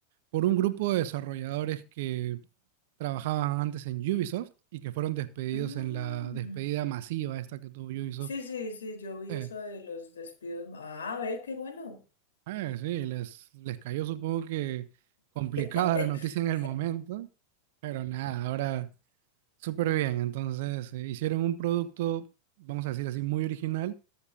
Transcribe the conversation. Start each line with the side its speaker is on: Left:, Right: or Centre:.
Right: por un grupo de desarrolladores que trabajaban antes en Ubisoft y que fueron despedidos
Left: Mm.
Right: en la despedida masiva esta que tuvo Ubisoft
Left: Sí, sí, sí, yo vi
Right: eh,
Left: eso de los despidos. Ah, ve, qué bueno.
Right: Eh, sí, les, les cayó supongo que complicada
Left: <laughs>
Right: la noticia en el momento, pero nada, ahora súper bien. Entonces, eh, hicieron un producto, vamos a decir así, muy original,